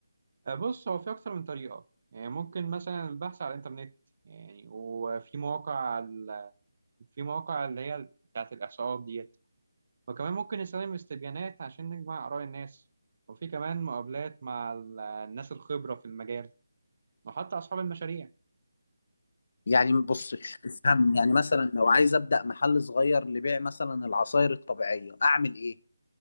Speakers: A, on the right; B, on the left.
A: آه، بص هو في أكتر من طريقة يعني ممكن مثلا البحث على الإنترنت يعني وفي مواقع على- في مواقع اللي هي بتاعة الإحصاءات ديت وكمان ممكن نستخدم استبيانات عشان نجمع آراء الناس وفي كمان مقابلات مع ال- الناس الخبرة في المجال وحتى أصحاب المشاريع
B: يعني بص افهم يعني مثلا لو عايز ابدأ محل صغير لبيع مثلا العصائر الطبيعية اعمل ايه